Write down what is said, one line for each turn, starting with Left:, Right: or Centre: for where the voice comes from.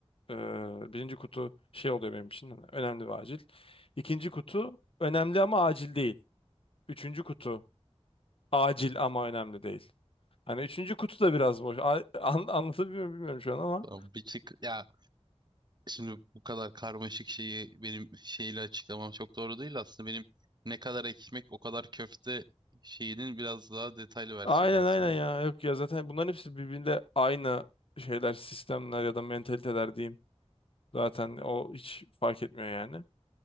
Left: e, birinci kutu şey oluyor benim için. hani Önemli ve acil. İkinci kutu önemli ama acil değil. Üçüncü kutu acil ama önemli değil. Hani üçüncü kutu da biraz boş. A- an- anlatabiliyor muyum bilmiyorum şu an ama.
Right: Tamam bir tık ya şimdi bu kadar karmaşık şeyi benim şeyle açıklamam çok doğru değil aslında benim ne kadar ekmek o kadar köfte şeyinin biraz daha detaylı versiyonu
Left: Aynen
Right: aslında.
Left: aynen ya. Yok ya zaten bunların hepsi birbirinde aynı şeyler, sistemler ya da mentaliteler diyeyim. Zaten o hiç fark etmiyor yani.